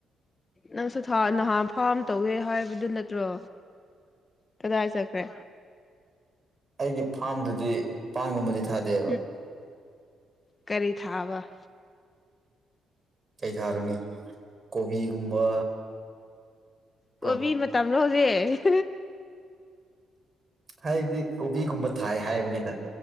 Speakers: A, on the left; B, on the right.
A: ꯅꯪꯁꯨ ꯅꯍꯥꯟ ꯐꯥꯝ ꯇꯧꯒꯦ ꯍꯥꯏꯕꯗꯨ ꯅꯠꯇ꯭ꯔꯣ ꯀꯗꯥꯏ ꯆꯠꯈ꯭ꯔꯦ
B: ꯑꯩꯒꯤ ꯐꯥꯝꯗꯗꯤꯄꯥꯟꯒꯨꯝꯕꯗꯤ ꯊꯥꯗꯦꯕ
A: ꯎꯝ ꯀꯔꯤ ꯊꯥꯕ
B: ꯀꯩ ꯊꯥꯔꯨꯅꯤ ꯀꯣꯕꯤꯒꯨꯝꯕ ꯀꯣ
A: ꯀꯣꯕꯤ ꯃꯇꯝꯅꯣ ꯍꯧꯖꯤꯛ
B: ꯍꯥꯏꯗꯤ ꯀꯣꯕꯤꯒꯨꯝꯕ ꯊꯥꯏ ꯍꯥꯏꯕꯅꯤꯅ